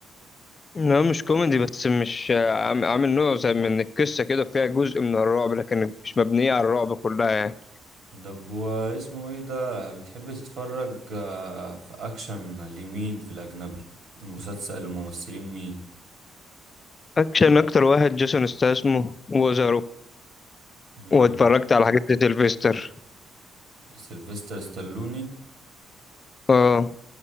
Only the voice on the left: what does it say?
لا مش كوميدي بس مش آه، عام- عامل نوع زي من القصه كده فيها جزء من الرعب لكن مش مبنيه على الرعب كلها يعني
اكشن اكتر واحد جيسون استاسمو وذا
واتفرجت على حاجات لسيلفستر
اه